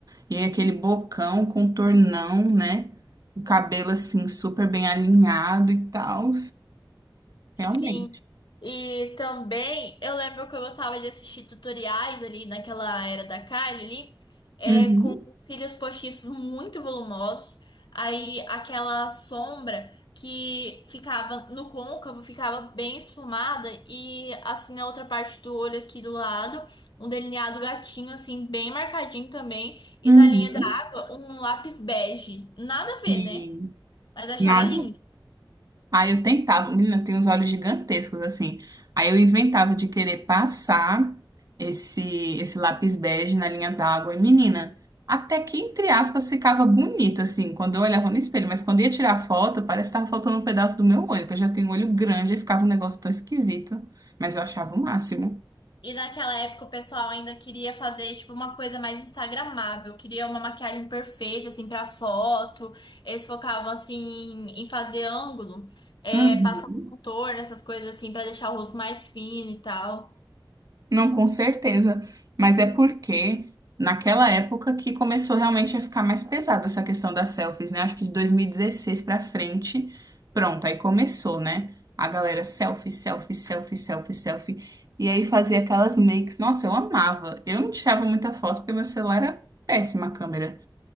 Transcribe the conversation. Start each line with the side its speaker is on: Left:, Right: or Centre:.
Right: e aí aquele bocão, contornão, né? O cabelo, assim, super bem alinhado e tal.
Left: Sim.
Right: Realmente.
Left: E também eu lembro que eu gostava de assistir tutoriais ali naquela era da Kylie ali, é,
Right: Uhum.
Left: com os cílios postiços muito volumosos, aí aquela sombra que ficava no côncavo ficava bem esfumada e assim na outra parte do olho aqui do lado, um delineado gatinho assim bem marcadinho também e
Right: Uhum.
Left: na linha da água um lápis bege. Nada a ver,
Right: E
Left: né? Mas eu achava
Right: nada.
Left: lindo.
Right: Aí eu tentava, menina, tem uns olhos gigantescos assim. Aí eu inventava de querer passar esse esse lápis bege na linha d'água e menina, até que entre aspas ficava bonito assim, quando eu olhava no espelho, mas quando eu ia tirar foto, parece que tava faltando um pedaço do meu olho, que eu já tenho um olho grande e ficava um negócio tão esquisito, mas eu achava o máximo.
Left: E naquela época o pessoal ainda queria fazer tipo uma coisa mais instagramável, queria uma maquiagem perfeita assim para foto. Eles focavam assim em fazer ângulo, é,
Right: Uhum.
Left: passar contorno, essas coisas assim para deixar o rosto mais fino e tal.
Right: Não, com certeza. Mas é porque naquela época que começou realmente a ficar mais pesada essa questão das selfies, né? Acho que de 2016 pra frente, pronto, aí começou, né? A galera selfie, selfie, selfie, selfie, selfie. E aí fazia aquelas makes. Nossa, eu amava. Eu não tirava muita foto porque meu celular era péssima a câmera.